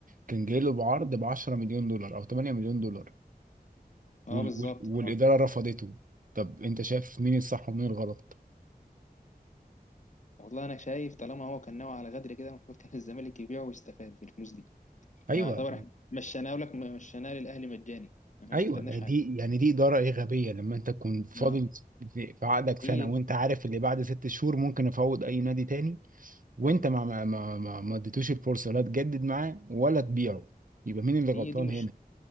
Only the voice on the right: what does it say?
كان جاي له بعرض ب 10 مليون دولار او 8 مليون دولار
وال...
وال... والاداره
رفضته طب انت شايف مين الصح ومين الغلط
ايوه
ايوه
يعني
دي يعني دي اداره ايه غبيه لما انت تكون فاضل
في في عقدك سنه
وانت عارف اللي بعد ست شهور ممكن افوض اي نادي تاني وانت ما ما ما ما ما اديتوش الفرصه لا تجدد معاه ولا تبيعه يبقى مين اللي غلطان
هنا؟